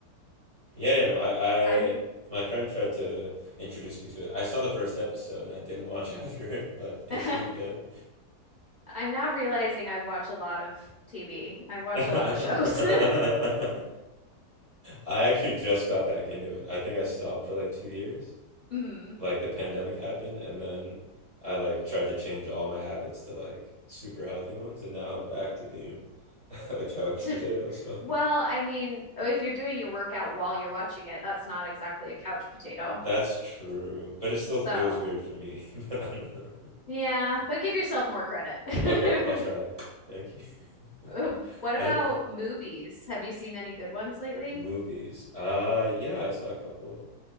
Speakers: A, on the right (about 25°); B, on the left (about 60°).
A: Yeah, yeah, no, I,
B: I'm
A: I, my friend tried to introduce me to it. I saw the first episode and I didn't watch <laughs> after it, but it
B: <laughs> I'm
A: seemed good.
B: now realizing I watch a lot of TV. I
A: <laughs>
B: watch
A: I
B: a lot of shows. <laughs>
A: actually just got back into it. I think I stopped for like two years.
B: Mhm.
A: Like the pandemic happened, and then I like tried to change all my habits to like super healthy ones, and now I'm back to being <laughs> a couch
B: To
A: potato. So
B: well, I mean, if you're doing your workout while you're watching it, that's not exactly a couch potato.
A: That's true, but it still
B: So,
A: feels weird for me. <laughs> but I don't know.
B: yeah, but give yourself more credit. <laughs>
A: Okay, I'll try. Thank you.
B: Uh,
A: <laughs>
B: What about
A: I,
B: movies? Have you seen any good ones lately?
A: movies. Uh, yeah, I saw a couple.